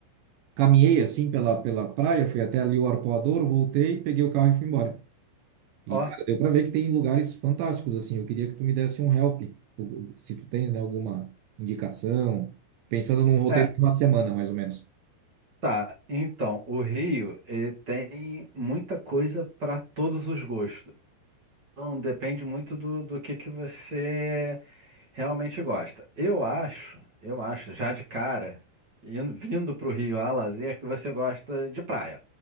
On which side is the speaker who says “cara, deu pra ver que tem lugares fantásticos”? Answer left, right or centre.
Right